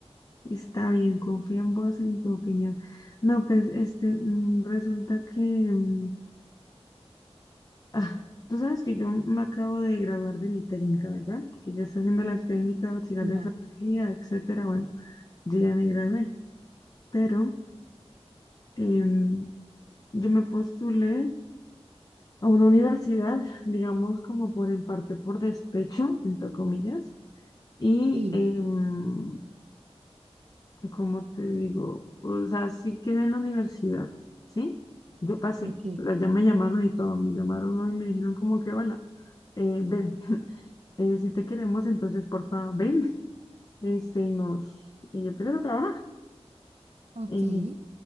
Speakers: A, on the left; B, on the right.
A: Está bien, confío en vos, en tu opinión. No, pues, este, mm, resulta que, mm, ah, tú sabes que yo me acabo de graduar de mi técnica, ¿verdad? Que ya está haciendo las técnicas de auxiliar
B: Claro.
A: de enfermería, etcétera. Bueno, yo ya me gradué, pero em, yo me postulé a una universidad, digamos, como por en parte por despecho, entre comillas, y
B: Sí,
A: em, como te digo, o sea, sí quedé en la universidad, ¿sí? Yo pasé,
B: ok.
A: o sea, ya me llamaron y todo, me llamaron ¿no? y me dijeron como que, hola, eh, ven, eh, si te queremos, entonces, porfa, ven, <laughs> este, y nos, y empiezas a trabajar.
B: Ok.
A: Y,
B: Ay,